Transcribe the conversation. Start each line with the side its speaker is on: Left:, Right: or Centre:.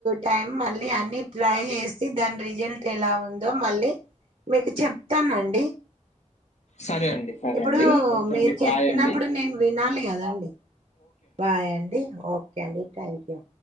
Right: టైం మళ్ళీ అన్ని ట్రై చేసి దాని రిజల్ట్ ఎలా ఉందో మళ్ళీ మీకు చెప్తానండి.
Left: సరే అండి సరే
Right: ఇప్పుడు
Left: అండి ఓకే
Right: మీరు
Left: అండి
Right: చెప్పినప్పుడు
Left: బాయ్ అండి
Right: నేను వినాలి కదాండి. బాయ్ అండి ఓకే అండి థ్యాంక్యూ